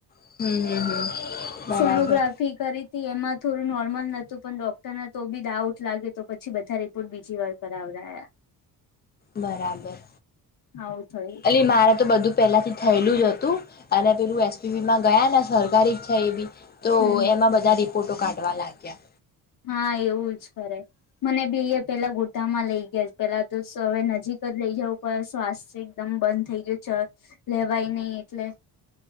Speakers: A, on the left; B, on the left.
A: હમ હમ હમ. બરાબર
B: સોનોગ્રાફ. ફી કરી હતી એમાં થોડું નોર્મલ નોતું પણ ડોક્ટરને તો બી ડાઉટ લાગે તો પછી બારે પણ બીજી વાર કરાવ રહ્યા
A: બરાબર
B: હવ થય
A: એલી મારે તો બધું પહેલા થી થયેલું જ હતું અને પેલું એસપીપી માં ગયા ને સરકારી જ છે એ બી તો
B: હમ
A: એમાં બધા રિપોર્ટો કાઢવા લાગ્યા
B: હા એવું જ કરે મને બી પેલા ગોટામાં લઈ ગયા પેલા તો હવે નજીક જ લઈ જવું પણ સ્વાસ્થ્ય એકદમ બંધ થઈ ગયું ચ લેવાય નહ એટલે